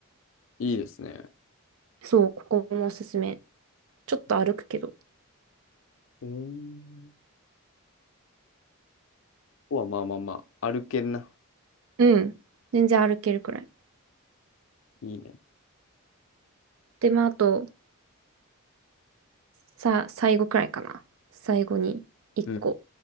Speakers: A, on the left; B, on the right.
A: いいですね。
B: そう、ここもおすすめ。ちょっと歩くけど。
A: うーん。ここはまあまあまあ、歩けるな。
B: うん。全然歩けるくらい。
A: いいね。
B: で、まあ、あと、さ、最後くらいかな。最後に一個
A: うん、